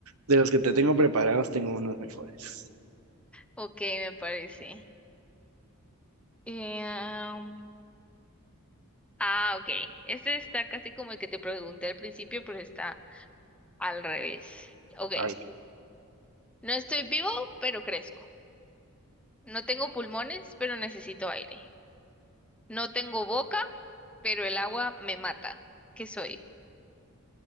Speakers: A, on the right; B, in the centre.
A: de los que te tengo preparados, tengo unos mejores.
B: ok, me parece. Em, Ah, ok. Este está casi como el que te pregunté al principio, pero está al revés. Ok.
A: A
B: No estoy vivo, pero crezco. No tengo pulmones, pero necesito aire. No tengo boca, pero el agua me mata. ¿Qué soy?